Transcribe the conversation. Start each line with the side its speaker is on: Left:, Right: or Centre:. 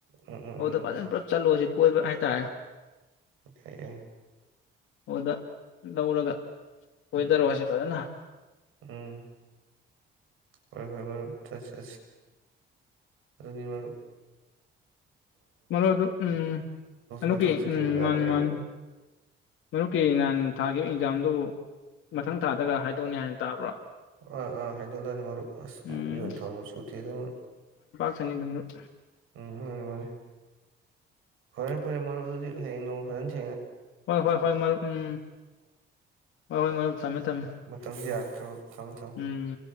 Right: ꯎꯝ ꯎꯝ
Left: ꯑꯣꯗ
Right: ꯎꯝ
Left: ꯐꯖꯅ ꯄꯨꯂꯞ ꯆꯠꯂꯣꯁꯤ ꯀꯣꯏ ꯍꯥꯏ ꯑꯇꯥ
Right: ꯌꯥꯏ
Left: ꯑꯣꯗ ꯂꯧꯂꯒ ꯑꯣꯏꯣꯏꯗꯔ ꯋꯥꯁꯤ ꯐꯖꯅ
Right: ꯎꯝ ꯍꯣꯏ ꯍꯣꯏ ꯃꯔ ꯆꯁꯤ ꯑꯗꯨꯅꯤ ꯃꯔꯔ
Left: ꯃꯔꯨꯞ ꯑꯗꯨ ꯎꯝ ꯑꯗꯨꯛꯀꯤ
Right: ꯀꯣꯏꯊꯣꯛꯇ꯭ꯔꯁꯨ
Left: ꯎꯝ
Right: ꯌꯥꯗꯦꯕ
Left: ꯃꯥꯅꯤ ꯃꯥꯅꯤ ꯃꯔꯨꯞꯀꯤ ꯅꯍꯅꯤ ꯊꯥꯈꯤꯕ ꯑꯦꯛꯖꯥꯝꯗꯨꯕꯨ ꯃꯊꯪ ꯊꯥꯗꯒ ꯍꯥꯏꯗꯣꯛꯅꯤ ꯍꯥꯏꯅ ꯇꯥꯕ꯭ꯔꯣ
Right: ꯑ ꯑꯥ ꯍꯥꯏ ꯍꯥꯏꯗꯣꯀꯦꯛ ꯑꯥꯅꯤ ꯃꯔꯨꯞ ꯑꯁ
Left: ꯎꯝ
Right: ꯃꯤꯍꯨꯜ ꯊꯥꯎꯟ ꯁꯨꯇꯤꯗ ꯃꯔꯨꯞ
Left: ꯈꯪꯉꯦꯗꯅ ꯃꯥꯔꯨꯞ
Right: ꯎꯝ ꯃꯥꯅꯤ ꯃꯥꯅꯤ ꯐꯔꯦ ꯐꯔꯦ ꯃꯔꯨꯞ ꯑꯗꯨꯗꯤ ꯍꯌꯦꯡ ꯅꯣꯡꯃ ꯐꯖꯅ ꯊꯦꯡ
Left: ꯍꯣꯏ ꯍꯣꯏ ꯍꯣꯏ ꯃꯥꯔꯨꯞ ꯎꯝ ꯍꫭꯏ ꯍꯣꯏ ꯃꯥꯔꯨꯞ ꯊꯝꯃꯦ ꯊꯝꯃꯦ
Right: ꯃꯇꯝꯁꯦ
Left: ꯎꯝ
Right: ꯌꯥꯔꯛꯇ꯭ꯔꯦꯕ ꯊꯝꯃꯦ ꯊꯝꯃꯦ
Left: ꯎꯝ꯫